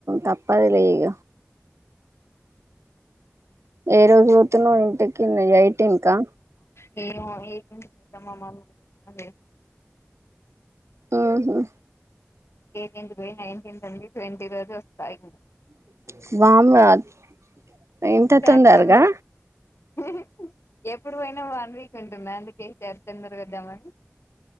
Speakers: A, on the right; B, on the left.
A: కప్పదిలే ఇగ. ఏ రోజు పోతున్నావ్ ఇంటికి ఎయిటీన్కా.
B: నేను అవి ఎయిటీన్ కి పోతా, మా మమ్మీ. <unintelligible>
A: ఉహుమ్.
B: ఎయిటీన్త్ కి పోయి, నైన్టీన్త్ ఉండి, ట్వంటీ రోజు ఓస్తా. <unintelligible>
A: <unintelligible>
B: చెత్తం.
A: తొందరగా
B: <unintelligible> ఎప్పుడు పోయినా వన్ వీక్ ఉంటున్న, అందుకే ఈ సారి తొందరగా వద్దామని.